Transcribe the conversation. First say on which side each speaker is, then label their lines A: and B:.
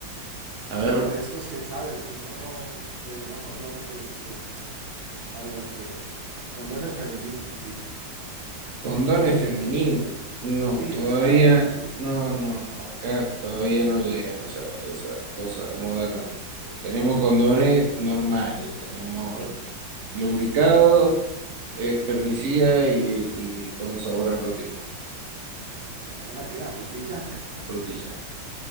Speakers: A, on the right; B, on the right.
A: a ver,
B: pero de estos que, sabes, no, no, pero no condones, este, a ver, eh, condones femeninos, digo.
A: condones femeninos, no,
B: Sí,
A: todavía,
B: o sea,
A: no, no, no, acá todavía no llegan esa, esa cosa moderna. Tenemos condones normales, tenemos lubricados, eh, espermicida y, y con sabor a frutilla,
B: pues ahora qué, a frutilla. <laughs>
A: a frutilla.